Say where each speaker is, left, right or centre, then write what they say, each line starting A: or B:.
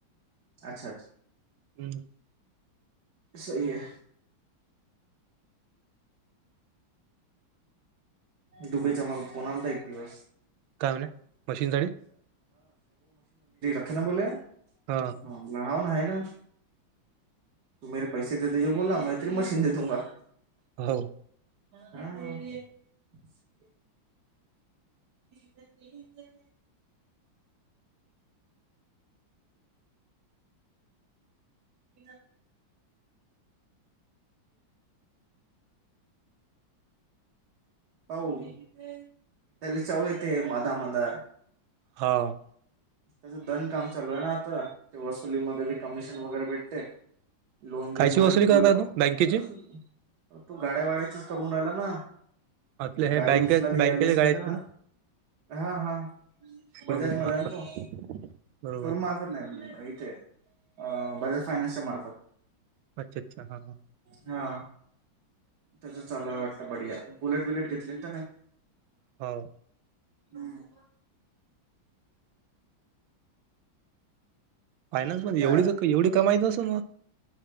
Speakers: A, on the right; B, on the right.
A: अच्छा अच्छ
B: हम्म
A: सही हे. डुबे चा मला फोन आलता एक दिवस
B: काय म्हणे मशीन साठी
A: <inaudible>
B: हा
A: <inaudible> तू मे पैसे देेत जो बोला ना म इतरी मशीन दे दूगा
B: हॅलो
A: हं हं <inaudible> <unintelligible> <unintelligible> हावं. त्याले चव येते मदा मदा
B: हो.
A: त्याचं दन काम चालू आहे ना आता ते वसुलीमध्ये बी कमिशन वगैरे भेटते. लोन
B: कायची
A: बिन मध्ये
B: वसुली
A: <unintelligible>
B: करता तू बँकेची
A: तो गाड्या वाड्याचीच करून राहिला ना
B: आपल्या
A: त
B: हे
A: गाडी
B: बँके
A: उचलाला
B: बँकेच्या
A: यायलेच
B: गाड्याची
A: ना त्याना हा हा
B: शोरूम
A: बजाज मध्ये
B: मार्फत
A: आहे ना तो
B: बरोबर
A: शोरमा <unintelligible> इथे बजाज फायनान्सच्या मार्फत
B: अच्छ अच्छा हा हा
A: हा त्याचं चालू आहे वाटतं बढीया बुलेट बिलट घेतली ना त्यानी.
B: हो.
A: हम्म
B: फानान्समध्ये
A: त्या
B: एवढी ज एवढी कमाई नसण होत.